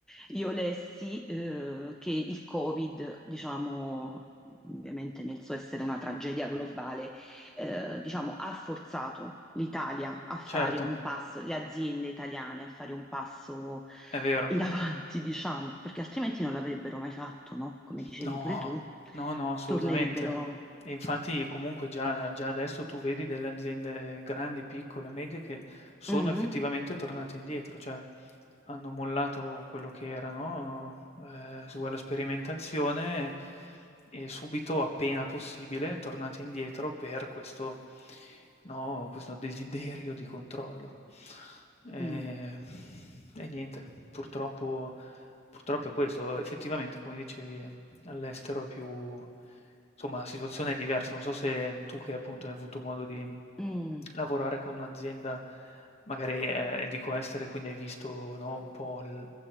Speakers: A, in the centre; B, on the left.
A: io lessi eh, che il Covid, diciamo, ovviamente nel suo essere una tragedia globale, eh, diciamo, ha forzato l'Italia a fare
B: Certo,
A: un passo, le aziende italiane a fare un passo
B: è vero.
A: in ti diciamo, perché altrimenti non l'avrebbero mai fatto, no? Come dicevi
B: No,
A: pure tu,
B: no, no, assolutamente.
A: tornerebbero.
B: E infatti comunque già, già adesso tu vedi delle aziende grandi, piccole, medie che sono
A: Mm,
B: effettivamente tornate indietro, cioè hanno mollato quello che era, no? Eh, se vuoi la sperimentazione e subito, appena possibile, tornate indietro per questo, no, questo desiderio di controllo. E,
A: mm,
B: e niente, purtroppo, purtroppo è questo, effettivamente, come dicevi, è, All'estero è più insomma, la situazione è diversa. Non so se tu che appunto hai avuto modo di
A: mm,
B: lavorare con un'azienda magari eh, dico estere, quindi hai visto, no, un po' il